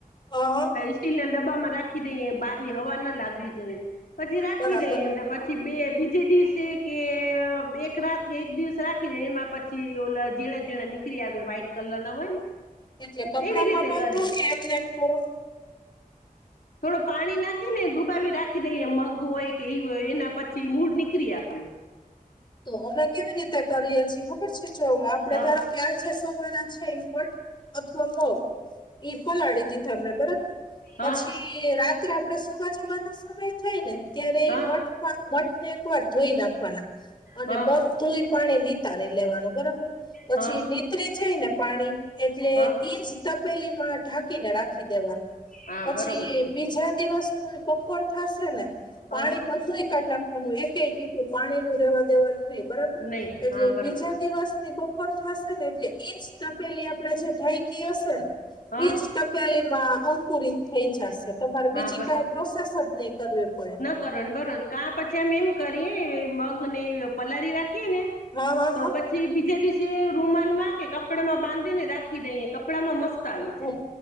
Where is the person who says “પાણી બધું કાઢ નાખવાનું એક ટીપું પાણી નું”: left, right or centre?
Left